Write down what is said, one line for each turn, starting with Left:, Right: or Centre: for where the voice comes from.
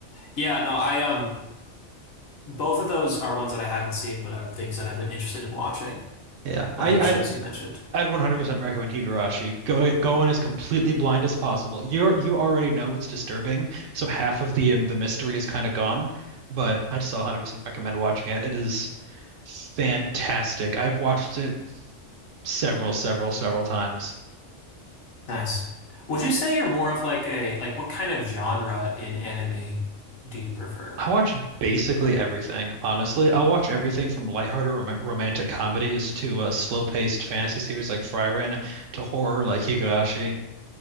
Left: Yeah, no, I um both of those are ones that I haven't seen, but are things that I've been interested in watching.
Right: Yeah,
Left: Both
Right: I,
Left: those shows
Right: I
Left: you mentioned.
Right: I'd 100% recommend Higurashi. Go go in as completely blind as possible. You're you already know it's disturbing, so half of the um, the mystery is kind of gone, but I'd still 100% recommend watching it. It is fantastic. I've watched it several, several, several times.
Left: Nice. Would you say you're more of like a like what kind of genre in anime do you prefer?
Right: I watch basically everything, honestly. I'll watch everything from lighthearted rom romantic comedies to uh, slow-paced fantasy series like Frieren to horror like Higurashi